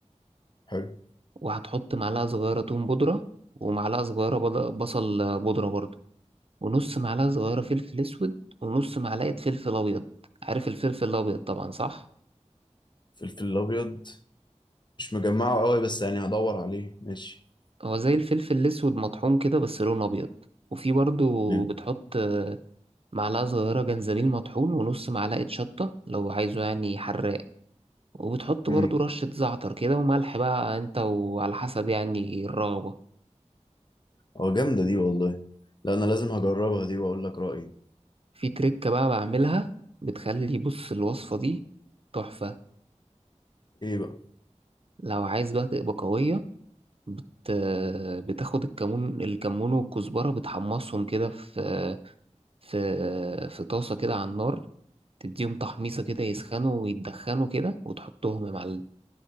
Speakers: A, on the left; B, on the right.
A: حلو
B: وهتحط معلقة صغيرة توم بودرة ومعلقة صغيرة بض- بصل بودرة برضه ونص معلقة صغيرة فلفل أسود ونص معلقة فلفل أبيض عارف الفلفل الأبيض طبعا صح
A: فلفل الابيض مش مجمعه قوي بس يعني هدور عليه ماشي
B: هو زي الفلفل الأسود مطحون كده بس لونه أبيض وفي برضو
A: تمام
B: بتحط آه، معلقة صغيرة جنزبيل مطحون ونص معلقة شطة لو عايزه يعني حراق وبتحط
A: امم
B: برضو رشة زعتر كده وملح بقى انت وعلى حسب يعني الرغبة
A: اه جامده دي والله لا انا لازم هجربها دي واقول لك رايي
B: في تركة بقى بعملها بتخلي بص الوصفة دي تحفة
A: ايه بقى
B: لو عايز بقى تبقى قوية بت... بتاخد الكمون الكمون والكزبرة بتحمصهم كده في في في طاسة كده على النار تديهم تحميصة كده يسخنوا ويتدخنوا كده وتحطهم يا معلم